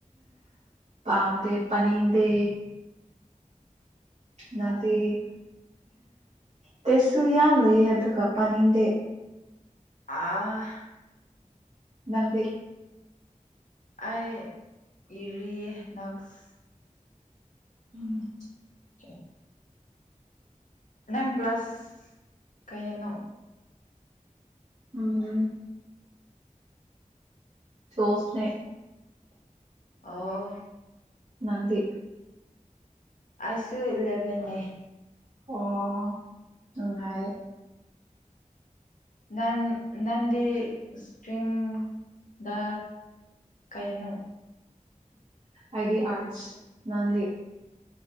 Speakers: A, on the right; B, on the left.
A: ꯄꯥꯝꯗꯦ ꯄꯥꯅꯤꯡꯗꯦ꯫ ꯅꯪꯗꯤ ꯇꯦꯁꯁꯨ ꯌꯥꯝ ꯂꯩꯌꯦ ꯑꯗꯨꯒ ꯄꯥꯅꯤꯡꯗꯦ꯫
B: ꯑꯥ
A: ꯅꯪꯗꯤ꯫
B: ꯑꯩ ꯏꯔꯤꯌꯦ ꯅꯁ
A: ꯎꯝ
B: <inaudible> ꯅꯪ ꯀ꯭ꯂꯥꯁ ꯀꯌꯥꯅꯣ꯫
A: ꯎꯝ ꯇꯣꯜꯐꯁꯅꯦ꯫
B: ꯑꯣ
A: ꯅꯪꯗꯤ꯫
B: ꯑꯩꯁꯨ ꯏꯠꯂꯦꯕꯦꯟꯅꯦ꯫
A: ꯑꯣ ꯅꯨꯡꯉꯥꯏ ꯑꯦ꯫
B: ꯅꯪ ꯅꯟꯗꯤ ꯏꯁꯇ꯭ꯔꯤꯝ ꯗ ꯀꯌꯥꯅꯣ?
A: ꯑꯥꯏꯗꯤ ꯑꯥꯔꯠꯁ ꯅꯪꯗꯤ꯫